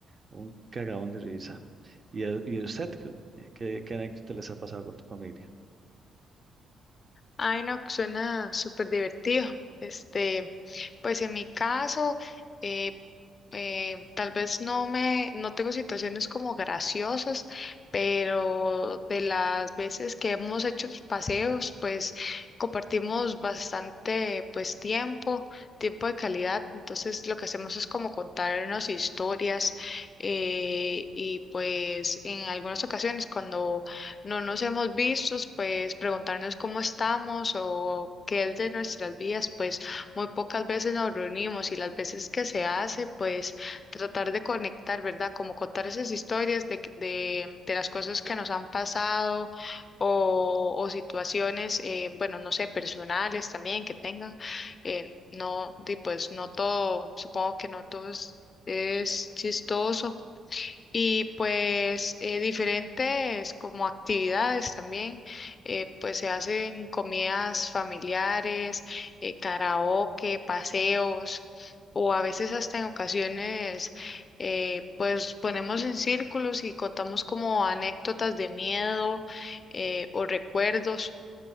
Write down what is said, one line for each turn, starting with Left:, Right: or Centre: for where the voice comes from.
Right: un cagadón de risa. ¿Y, a- y a usted qué, qué qué anécdota les ha pasado con tu familia?
Left: Ay, no, suena súper divertido. Este, pues en mi caso, eh, eh, tal vez no me, no tengo situaciones como graciosas, pero de las veces que hemos hecho paseos, pues compartimos bastante, pues tiempo, tiempo de calidad. Entonces lo que hacemos es como contarnos historias eh, y pues en algunas ocasiones cuando no nos hemos visto, pues preguntarnos cómo estamos o qué es de nuestras vidas, pues muy pocas veces nos reunimos y las veces que se hace, pues tratar de conectar, ¿verdad? Como contar esas historias de, de, de las cosas que nos han pasado o, o situaciones, eh, bueno, no sé, personales también que tengan. eh, no, di, pues no todo, supongo que no todo es es chistoso y pues eh, diferentes como actividades también, eh, pues se hacen comidas familiares, eh, karaoke, paseos, o a veces hasta en ocasiones, eh, pues ponemos en círculos y contamos como anécdotas de miedo eh, o recuerdos.